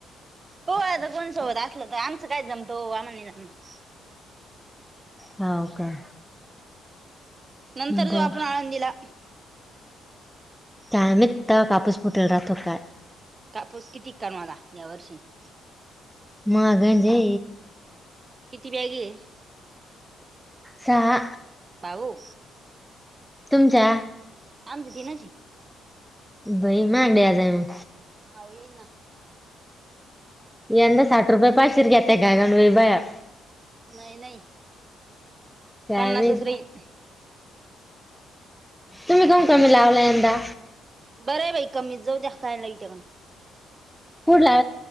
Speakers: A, on the right; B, in the centre.
A: पाहू आता, कोण सोबत असलं तर, आमचं काय जमतं ओ! आमाला नाही जमायचं.
B: हा, हो का?
A: नंतर जावू,
B: बर
A: आपण आळंदीला.
B: <inaudible> कायमच त कापूस फुटल राहातो काय
A: कापोस किती कर मला या वर्षी <inaudible>
B: मागणज <inaudible>
A: किती बॅगे <inaudible>
B: सहा
A: जाऊ?
B: तुमच्या
A: आमची तनचये -
B: भाई माांगड आ जाय म
A: हाव येईन ना.
B: यंदा साठ रुपये पाशर घेत काय गण बाया
A: नाही नाही
B: काय
A: पनासस
B: माहित
A: रहित
B: तुमही कण कमलाव यंदा?
A: बर आहे बाई कमीत जाऊ द्या कायला त्या काण
B: कुठ ला?